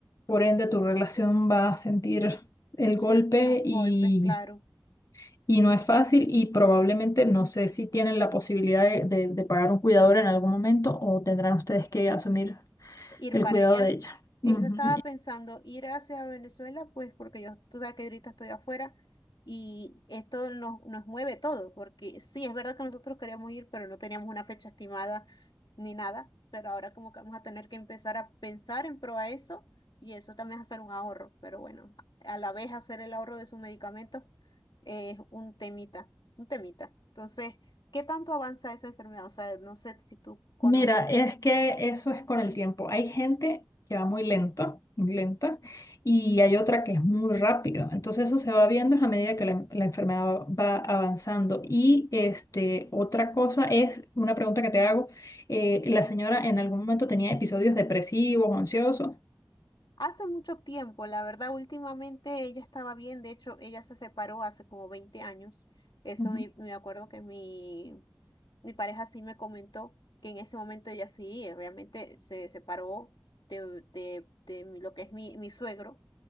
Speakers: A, on the left; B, on the left.
A: por ende tu relación va a sentir el
B: ciertos
A: golpe
B: golpes,
A: y,
B: claro.
A: y no es fácil y probablemente no sé si tienen la posibilidad de, de- de pagar un cuidador en algún momento o tendrán ustedes que asumir
B: ir
A: el
B: para
A: cuidado
B: allá.
A: de ella.
B: Eso
A: Ujú.
B: estaba pensando, ir hacia Venezuela, pues porque yo, tú sabes que ahorita estoy afuera y esto nos, nos mueve todo, porque sí, es verdad que nosotros queríamos ir, pero no teníamos una fecha estimada ni nada, pero ahora como que vamos a tener que empezar a pensar en pro a eso y eso también es hacer un ahorro, pero bueno, a la vez hacer el ahorro de sus medicamentos es un temita, un temita. Entonces, ¿qué tanto avanza esa enfermedad? O sea, no sé si tú conoces.
A: Mira, es que eso es con el tiempo. Hay gente que va muy lento, muy lenta, y hay otra que es muy rápido. Entonces eso se va viendo a medida que la, la enfermedad va avanzando. Y este, otra cosa es, una pregunta que te hago, eh, ¿la señora en algún momento tenía episodios depresivos o ansiosos?
B: Hace mucho tiempo, la verdad, últimamente ella estaba bien, de hecho, ella se separó hace como 20 años. Eso
A: Ujú,
B: me, me acuerdo que mi, mi pareja sí me comentó que en ese momento ella sí, obviamente se separó de, de, de mi- lo que es mi, mi suegro,